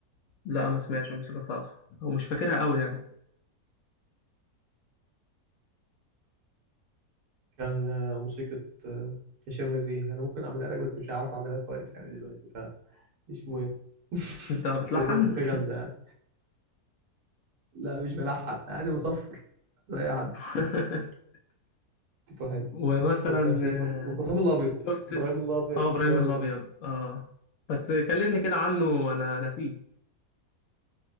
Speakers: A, on the left; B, on the right.
A: لا ما سمعتش الموسيقى بتاعته أو مش فاكرها أوي يعني
B: كان آه، موسيقى آه، هشام نزيه انا ممكن اعملها لك بس مش هعرف اعملها كويس يعني دلوقتي فمش مهم <laughs>
A: أنت بتلحن
B: بس هو موسيقى جامده يعني لا مش بلحن انا عادي بصفر زي اي حد
A: <laughs>
B: تيتو حلو
A: ومثلا
B: وكان في
A: آه،
B: برضه وابراهيم الابيض
A: شفت
B: ابراهيم الابيض
A: اه إبراهيم
B: برضه
A: الأبيض
B: جامد
A: اه بس كلمني كده عنه أنا نسيه